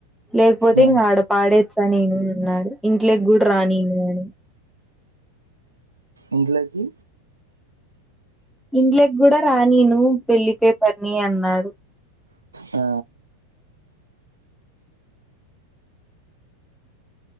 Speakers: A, in the centre; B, on the right.
A: లేకపోతే
B: ఉమ్
A: ఇంగా ఆడ పాడేచ్చా నేను అన్నాడు ఇంట్లోకి గూడా రానిలేడు
B: ఇంట్లకి
A: ఇంట్లకి గూడా రానిను పెళ్ళి కూతుర్ని అన్నాడు
B: ఆ